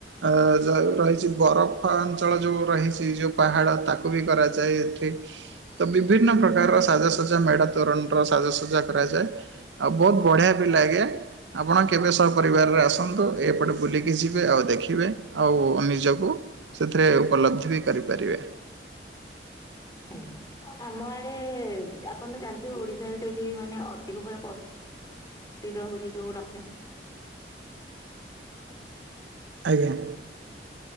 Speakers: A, on the right; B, on the left.
A: ଅ ଯ ରହିଛି ବରଫ ଅଞ୍ଚଳ ଯୋଉ ରହିଛି ଯୋଉ ପାହା ଡ଼ ତାକୁ ବି କରାଯାଏ ଏଠି। ତ ବିଭିନ୍ନ ପ୍ରକାରର ସାଜାସଜା ମେଢା ତୋରଣର ସାଜାସଜା କରାଯାଏ। ଆଉ ବହୁତ ବଢ଼ିଆ ବି ଲାଗେ ଆପଣ କେବେ ସହ ପରିବାରରେ ଆସ ନ୍ତୁ ଏପଟେ ବୁଲିକି ଯିବେ ଆଉ ଦେଖିବେ ଆଉ ନିଜକୁ ସେଥିରେ ଉପଲବ୍ଧି ବି କରିପାରିବେ।
B: ଆଜ୍ଞା। ଆମ ଆଡେ ଆପଣ ତ ଜାଣିଥିବେ ଓଡିଶାରେ ଯୋଉଠି ମାନେ ଅଧିକ ପୁରା ପ ସିଦ୍ଧ ହଉଛି ଯୋଉ ଲକ୍ଷେ
A: ଆଜ୍ଞା।